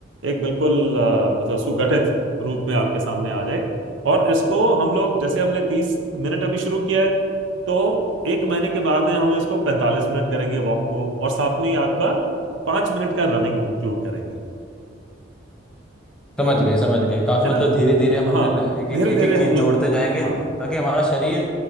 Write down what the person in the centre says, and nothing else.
समझ गए समझ गए काफी
मतलब
धीरे धीरे हम अपने
ल- एक एक
एक
एक चीज
जोड़ते जाएंगे
ताकि हमारा शरीर